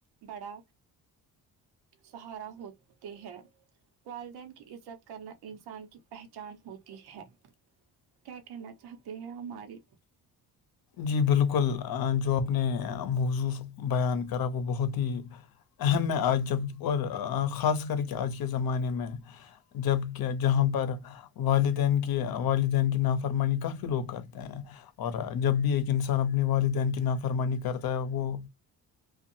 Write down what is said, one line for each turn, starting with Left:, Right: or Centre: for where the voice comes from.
Right: بڑا سہارا ہوتے ہے والدین کی عزت کرنا انسان کی پہچان ہوتی ہے کیا کہنا چاہتے ہیں ہماری
Left: جی بالکل جو آپ نے موضوع بیان کرا وہ بہت ہی اہم ہے آج جب اور خاص کر کے آج کے زمانے میں جب کیا جہاں پر والدین کی والدین کی نافرمانی کافی لوگ کرتے ہیں اور جب بھی ایک انسان اپنے والدین کی نافرمانی کرتا ہے وہ